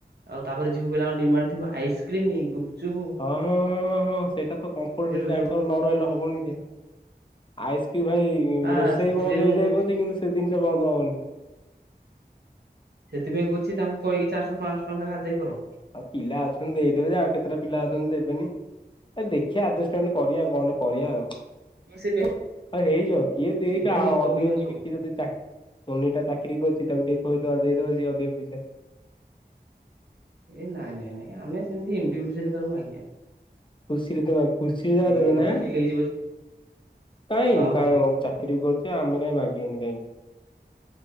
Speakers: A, on the right; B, on the left.
A: ଆଉ ତାପରେ ଯିଉ ପିଲାଙ୍କ ଡିମାଣ୍ଡ ଥିବ ଆଇସ୍କ୍ରିମ ଗୁପଚୁପ
B: ହଁ ହଁ ହଁ ହଁ ହଁ ସେଇଟା ତ କମ୍ପଲସରୀ
A: ବି
B: ତାଙ୍କର
A: ସବୁ
B: ନ ରହିଲା ହବନି ସେ ଆଇସ୍କ୍ରିମ ଭାଇ
A: ଆ
B: ରୋଷେଇ
A: ସେଥିପାଇଁ
B: ବନ୍ଦ
A: ମୁଁ
B: ହେଇଯାଇ
A: କହୁଛି
B: କିନ୍ତୁ ସେ ଜିନିଷ ବନ୍ଦ ହବନି।
A: ସେଥିପାଇଁ କଛି ତାଙ୍କୁ କହିକି ଚାରିଶହ ପାଞ୍ଚଶହ ଟା ଲେଖା ଆଦ ଦେଇ କର।
B: ଆଉ ପିଲା ଅଛନ୍ତି ଦେଇଦେବେ ଯେ ଆଉ କେତେଟା ପିଲା ଅଛନ୍ତି ଦେବେନି। ଏ ଦେଖିବାଆ ଆଡଜଷ୍ଟମେଣ୍ଟ କରିବାଉ କଣେ କରିବା ଆଉ।
A: ସେ
B: ହଉ ହେଇଯ କିଏ ଦେଇ
A: ସେଇଥିରେ
B: ଆଉ
A: ମେକଅପ୍
B: ଅଧିକ
A: ହେଇଯିବ ସବୁ
B: କି କିଏ ଯଦି ଚାକି ସୋନି ଟା ଚାକିରି କରିଛି ତାକୁ ଟିକେ କହିଦବା ଦେଇଦବଉଛି ଅଧିକ ପଇସା।
A: ଏ ନାଇଁ ନାଇଁ ନାଇଁ ଆମେ ସେମତି ଇଣ୍ଡିଭିଜୁଆଲ କାହାକୁ ମାଗିବା ଆନଣି
B: କୁ ତମ କୁସି ଯା ଦେବେ
A: ଇଏ ଗୋଟେ
B: ନା
A: ଫିଲ୍ ହେଇଯିବ ଯେ
B: କାଇଁ
A: ହଁ
B: କାଇଁ?
A: ହଁ
B: ଚାକିରି କରୁ ଆମେ କାଇଁ ମାଗେନ କାଇଁ ମାଗିବୁନି କାହିଁକି?